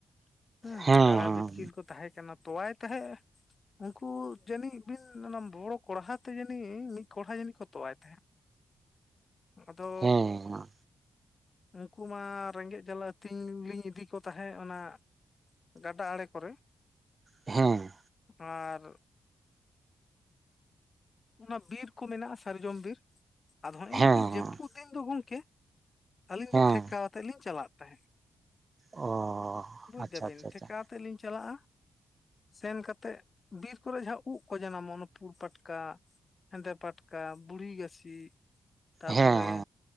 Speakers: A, on the left; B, on the right.
A: ᱦᱩᱸ
B: ᱦᱮᱸ
A: ᱠᱟᱲᱟ ᱵᱤᱛᱠᱤᱞ ᱠᱚ ᱛᱟᱦᱮᱸ ᱠᱟᱱᱟ ᱛᱚᱣᱟᱭ ᱛᱟᱦᱮᱸᱫ ᱩᱱᱠᱩ ᱡᱟᱹᱱᱤᱡ ᱵᱤᱱ ᱚᱱᱟ ᱵᱚᱲᱚ ᱠᱚᱲᱦᱟ ᱛᱮ ᱡᱟᱹᱱᱤᱡ ᱢᱤᱫ ᱠᱚᱲᱦᱟ ᱡᱟᱹᱱᱤ ᱠᱚ ᱛᱚᱣᱟᱭ ᱛᱟᱦᱮᱸᱜ ᱟᱫᱚᱼᱼ
B: ᱦᱮᱸ
A: ᱩᱱᱠᱩ ᱢᱟ ᱨᱮᱸᱜᱮᱡ ᱡᱟᱞᱟ ᱟᱹᱛᱤᱧ ᱞᱤᱧ ᱤᱫᱤ ᱠᱚ ᱛᱟᱦᱮᱸᱫ ᱚᱱᱟ ᱜᱟᱰᱟ ᱟᱲᱮ ᱠᱚᱨᱮ
B: ᱦᱮᱸ
A: ᱟᱨ ᱚᱱᱟ ᱵᱤᱨ ᱠᱚ ᱢᱮᱱᱟᱜᱼᱟ ᱥᱟᱨᱡᱚᱢ ᱵᱤᱨ ᱟᱫᱚ ᱱᱮᱜᱼᱮ
B: ᱦᱮᱸ
A: ᱱᱮᱝᱠᱟ ᱡᱟᱹᱯᱩᱫ ᱫᱤᱱ ᱫᱚ ᱜᱚᱢᱠᱮ ᱟᱹᱞᱤᱧ
B: ᱦᱮᱸ
A: ᱫᱚ ᱴᱷᱮᱠᱟᱣᱛᱮᱫ ᱞᱤᱧ ᱪᱟᱞᱟᱜ ᱛᱟᱦᱮᱸᱫ
B: ᱚ
A: ᱵᱩᱡᱽ
B: ᱟᱪᱪᱷᱟ
A: ᱫᱟᱹᱵᱤᱱ
B: ᱟᱪᱪᱷᱟ ᱟᱪᱪᱷᱟ
A: ᱴᱷᱮᱠᱟᱛᱮ ᱞᱤᱧ ᱪᱟᱞᱟᱜᱼᱟ ᱥᱮᱱ ᱠᱟᱛᱮᱫ ᱵᱤᱨ ᱠᱚᱨᱮ ᱡᱟᱦᱟᱸ ᱩᱵ ᱠᱚ ᱡᱟᱱᱟᱢᱚᱜ ᱚᱱᱟ ᱯᱩᱲ ᱯᱟᱴᱠᱟ ᱦᱮᱸᱫᱮ ᱯᱟᱴᱠᱟ ᱵᱩᱲᱦᱤ ᱜᱟᱹᱪᱷᱤ ᱛᱟᱨᱯᱚᱨᱮ
B: ᱦᱮᱸ ᱦᱮᱸ